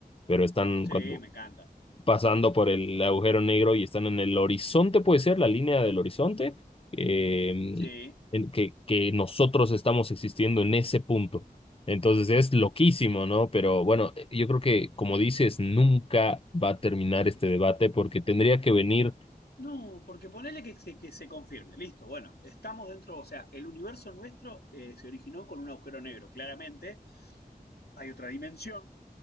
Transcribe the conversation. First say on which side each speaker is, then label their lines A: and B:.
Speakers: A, on the left (about 35°); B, on the left (about 85°).
A: pero están
B: Sí,
A: cuando,
B: me encanta.
A: pasando por el agujero negro y están en el horizonte, puede ser, la línea del horizonte, eh,
B: Sí.
A: en que, que nosotros estamos existiendo en ese punto. Entonces es loquísimo, ¿no? Pero bueno, eh, yo creo que, como dices, nunca va a terminar este debate porque tendría que venir,
B: No, porque ponele que, se- que se confirme. Listo, bueno, estamos dentro, o sea, el universo nuestro eh, se originó con un agujero negro. Claramente hay otra dimensión